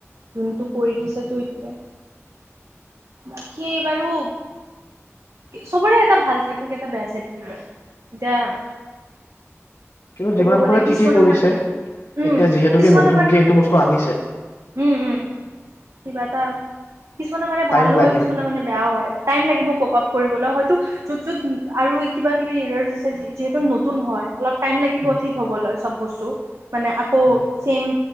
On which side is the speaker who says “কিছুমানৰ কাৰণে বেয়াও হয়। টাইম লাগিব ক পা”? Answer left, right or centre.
Right